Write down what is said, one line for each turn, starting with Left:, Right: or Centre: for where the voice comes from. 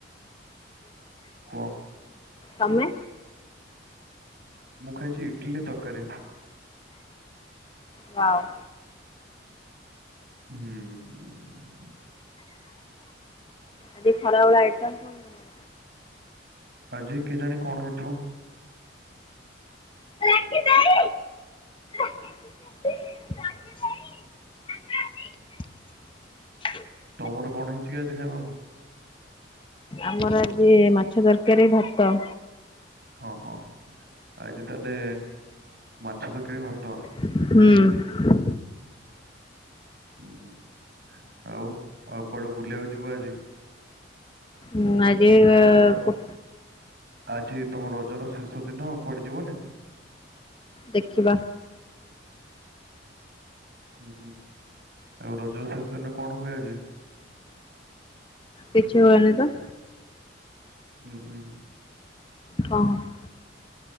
Right: କୁହ
Left: ତମେ?
Right: ମୁଁ, ଖାଇଛି ଇଟିଲି, ତରକାରୀ।
Left: ୱାଉ।
Right: ହୁଁ।
Left: ଆଜି ଖରାବେଳେ ଆଇଟମ୍ କଣ? ତମର?
Right: ଆଜି କେଜାଣି କଣ ହେଇଥିବ?
Left: ରାକି ଦେଇ <inaudible>
Right: ତମର କଣ ହେଇଛି କି ଆଜି ଖାଇବାକୁ?
Left: ଆମର ଆଜି ମାଛ ତରକାରୀ ଭାତ।
Right: ହଁ, ହଁ ଆଜି ତାହେଲେ ମାଛ ତରକାରୀ ଭାତଁ।
Left: ହୁଁ।
Right: ଉଁ, ହୁଁ ଆଉ, ଆଉ କୁଆଡେ ବୁଲିଆକୁ ଯିବ ଆଜି?
Left: ମୁଁ ଆଜି-ଇ ଅ
Right: ଆଜି ତମ
Left: ପୋ
Right: ଆଜି ତମ ରଜର ଶେଷ ଦିନ କୁଆଡେ ଯିବନି?
Left: ଦେଖିବା।
Right: ହୁଁ, ହୁଁ ଆଉ ରଜ ଶେଷ ଦିନରେ କଣ ହୁଏ ଆଜି?
Left: କିଛି ହୁଏନି ତ!
Right: ହୁଁ, ହୁଁ।
Left: କଁ ହଁ।